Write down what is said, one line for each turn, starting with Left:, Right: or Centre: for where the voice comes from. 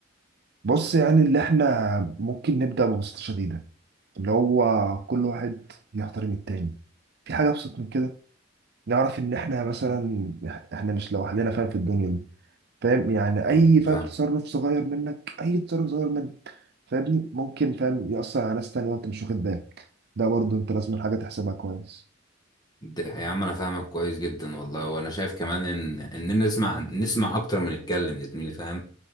Right: بص يعني اللي احنا ممكن نبدا ببساطه شديده اللي هو كل واحد يحترم التاني في حاجه ابسط من كده نعرف ان احنا مثلا احنا مش لوحدنا فاهم في الدنيا دي فاهم يعني
Left: مم.
Right: اي فاهم
Left: فاهم
Right: تصرف صغير منك اي تصرف صغير منك فاهمني ممكن فاهم يأثر على ناس تانية وانت مش واخد بالك ده برضو انت لازم حاجة تحسبها كويس
Left: ده يا عم انا فاهمك كويس جدا والله وانا شايف كمان ان ان نسمع نسمع اكتر من نتكلم يا زميلي فاهم